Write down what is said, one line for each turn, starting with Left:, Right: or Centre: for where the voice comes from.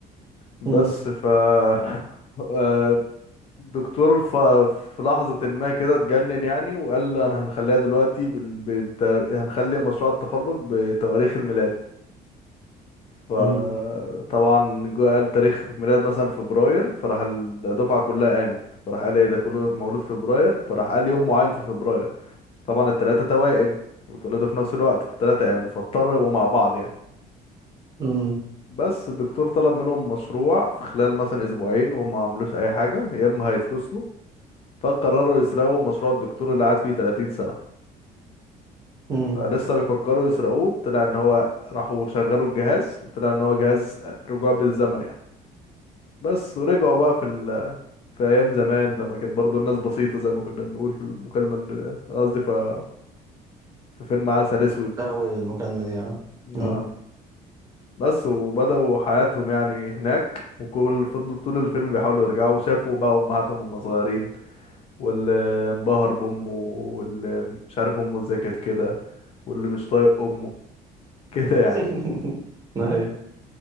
Left: بس
Right: مم.
Left: ف <laughs> آه، الدكتور ف... في لحظة ما كده اتجنن يعني وقال انا هنخليها دلوقتي بال... بت... هنخلي مشروع التخرج بتواريخ الميلاد فطبعا
Right: مم.
Left: جو قال تاريخ ميلاد مثلا فبراير فراح الدفعة كلها قامت فراح قال ايه ده كله مولود في فبراير فراح قال يوم معين في فبراير طبعا التلاتة توائم واتولدوا في نفس الوقت فالتلاتة قاموا فاضطروا يبقوا مع بعض يعني
Right: مم.
Left: بس الدكتور طلب منهم مشروع في خلال مثلا اسبوعين وهم ما عملوش اي حاجة يا اما هيتفصلوا فقرروا يسرقوا مشروع الدكتور اللي قعد فيه 30 سنة
Right: مم.
Left: لسه بيفكروا يسرقوه طلع ان هو راحوا شغلوا الجهاز وطلع ان هو جهاز رجوع بالزمن يعني بس ورجعوا بقى في في ايام زمان لما كانت برضو الناس بسيطة زي ما كنا بنقول في المكالمة اللي قصدي ف- في فيلم عسل اسود
Right: اول المكالمه دي اه مم.
Left: اه بس وبدأوا حياتهم يعني هناك وكل فضلوا طول الفيلم بيحاولوا يرجعوا وشافوا بقى امهاتهم وهم صغيرين واللي انبهر بامه واللي مش عارف امه ازاي كانت كده واللي مش طايق امه <laughs> كده يعني
Right: <laughs> ايوه